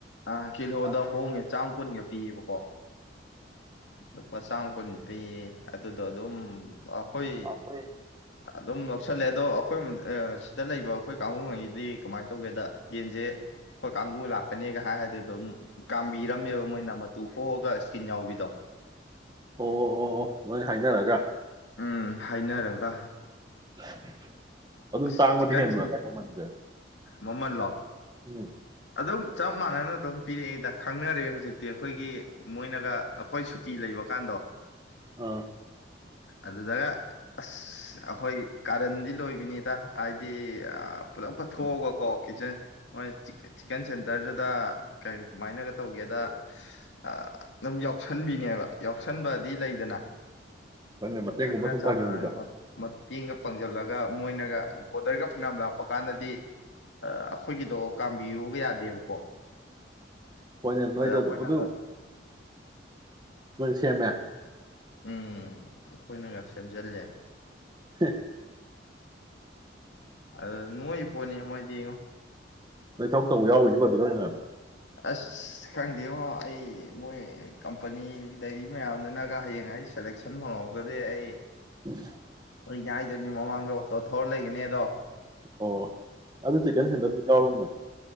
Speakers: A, on the left; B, on the right.
A: ꯑꯥ ꯀꯤꯂꯣꯗ
B: ꯑꯥ
A: ꯍꯣꯡꯉꯦ ꯆꯥꯝ ꯀꯨꯟꯒ ꯄꯤꯌꯦꯕꯀꯣ꯫ ꯂꯨꯄꯥ ꯆꯥꯝ ꯀꯨꯟ ꯄꯤ ꯑꯗꯨꯗꯣ ꯑꯗꯨꯝ ꯑꯥꯎ꯫ ꯍꯣꯏ꯫
B: ꯑꯩꯈꯣꯏ
A: ꯑꯗꯨꯝ꯫ ꯁꯜꯂꯦ ꯑꯗꯣ ꯑꯈꯣꯏ ꯑ ꯁꯤꯗ ꯂꯩꯕ ꯑꯈꯣꯏ ꯀꯥꯡꯒꯨꯉꯩꯒꯤꯗꯤ꯫ ꯀꯃꯥꯏꯅ ꯇꯧꯒꯦꯗ ꯌꯦꯟꯁꯦ ꯈꫭꯏ ꯀꯥꯡꯕꯨ ꯂꯥ꯫ ꯀꯅꯦꯒ ꯍꯥꯏ ꯍꯥꯏꯔꯗꯤ ꯑꯗꯨꯝ ꯀꯥꯝꯕꯤꯔꯝꯃꯦꯕ ꯃꯣꯏꯅ ꯃꯇꯨ ꯈꯣꯛꯑꯒ ꯏꯁꯀꯤꯟ ꯌꯥꯎꯕꯤꯗꯣ꯫
B: ꯑꯣ ꯑꯣ ꯑꯣ ꯑꯣ ꯅꯣꯏ ꯍꯥꯏꯅꯔꯒ
A: ꯎꯝ ꯍꯥꯏꯅꯔꯒ꯫
B: <unintelligible> ꯑꯗꯨꯝ
A: ꯑꯁ
B: ꯇꯥꯡꯕꯗꯤ
A: ꯆꯤꯛꯀꯟ
B: ꯍꯦꯟꯕ꯭ꯔꯥ
A: ꯁꯦꯟ
B: ꯃꯃꯜꯁꯦ
A: ꯃꯃꯜ ꯂꯣ
B: ꯎꯝ
A: ꯑꯗꯨꯝ꯫ ꯆꯞ ꯃꯥꯟꯅꯅ ꯑꯗꯨꯝ ꯄꯤꯔꯛꯑꯦꯗ ꯈꯪꯅꯔꯦꯑꯦ ꯍꯧꯖꯤꯛꯇꯤ ꯑꯈꯣꯏꯒꯤ ꯃꯣꯏꯅꯒ ꯑꯈꯣꯏ ꯁꯨꯇꯤ ꯂꯩꯕ ꯀꯥꯟꯗꯣ꯫
B: ꯑꯥ꯫
A: ꯑꯗꯨꯗꯒ ꯑꯁ ꯑꯩꯈꯣꯏ ꯀꯥꯔꯟꯗꯤ ꯂꯣꯏꯕꯅꯤ꯫ ꯇ ꯍꯥꯏꯗꯤ ꯑ ꯄꯨꯂꯞ ꯀ ꯊꯣꯛꯑꯒ ꯀꯣ ꯀꯤꯆꯟ ꯆꯤꯀꯟ ꯁꯦꯟ꯫ ꯗꯔꯗꯨꯗ ꯀꯔꯤ ꯀꯃꯥꯏꯅꯒ ꯇꯧꯒꯦꯗꯨꯗ꯫ ꯑꯗꯨꯝ ꯌꯥꯎꯁꯟꯕꯤꯅꯦꯕ ꯌꯥꯎꯁꯟꯕꯗꯤ ꯂꯩꯗꯅ꯫
B: ꯅꯣꯏꯅ ꯃꯇꯦꯡꯒꯨꯝꯕ
A: ꯈꯪꯅ
B: ꯁꯨꯝ
A: ꯆꯥꯟꯅ
B: ꯄꯥꯡꯅꯤꯡꯕꯤꯗꯣ
A: ꯃꯇꯦꯡꯒ ꯄꯥꯡꯖꯜꯂꯒ ꯃꯣꯏꯅꯒ꯫ ꯑꯣꯗꯔꯒ ꯐꯅꯥꯝ ꯂꯥꯛꯄ ꯀꯥꯟꯗꯗꯤ ꯑꯩꯈꯣꯏꯒꯤꯗꯣ ꯀꯥꯝꯕꯤꯌꯨꯒ ꯌꯥꯗꯦꯕꯀꯣ
B: ꯀꯣꯏꯅꯦ ꯅꯣꯏꯗ
A: ꯑꯗ ꯑꯩꯈꯣꯏꯅꯒ
B: ꯑꯗꯨ ꯅꯣꯢꯅ ꯁꯦꯝꯃꯦ
A: ꯎꯝ ꯑꯩꯈꯣꯏꯅꯒ ꯁꯦꯝꯖꯜꯂꯦ
B: ꯍꯦ
A: ꯑꯗ ꯅꯣꯏ ꯄꯣꯅꯤ ꯃꯣꯢꯗꯤꯉꯣ
B: ꯅꯣꯏ ꯊꯕꯛ ꯇꯧꯕ ꯌꯥꯎꯒꯤꯅꯤꯀꯣ ꯑꯗꯨ ꯑꯣꯢꯅ
A: ꯑꯁ ꯈꯪꯗꯦꯉꯣ ꯑꯩ ꯃꯣꯏ ꯀꯝꯄꯅꯤ ꯂꯩꯔꯤ ꯃꯌꯥꯝꯗꯨꯅꯒ ꯍꯌꯦꯡ ꯑꯩ ꯁꯦꯂꯦꯛꯁꯟ ꯐꯪꯍꯧꯗꯗꯤ ꯑꯩ
B: <inaudible>
A: ꯑꯩꯅ ꯍꯥꯏꯗꯨꯏꯅꯤ ꯃꯃꯥꯡꯗ ꯑꯣꯇꯣ ꯊꯧꯔ ꯂꯩꯒꯅꯦ ꯑꯗꯣ
B: ꯑꯣ ꯑꯗꯨ ꯆꯤꯛꯀꯟ ꯁꯦꯟꯇꯔꯗꯨ ꯌꯥꯎꯔꯨꯒꯤꯅꯣ